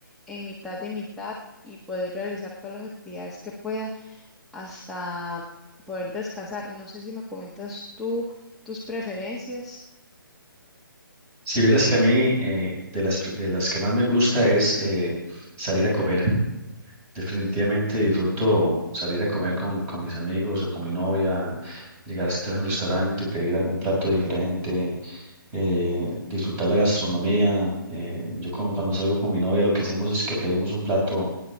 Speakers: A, in the centre; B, on the right.
A: en mitad de mitad y poder realizar todas las actividades que pueda hasta poder descansar. No sé si me comentas tú tus preferencias.
B: Si vieras que a mí eh, de las, de las que más me gusta es eh, salir a comer. Definitivamente disfruto salir a comer con, con mis amigos o con mi novia, llegar a sentarse en un restaurante, pedir algún plato diferente, eh, disfrutar la gastronomía. Eh, yo con- cuando salgo con mi novia lo que hacemos es que pedimos un plato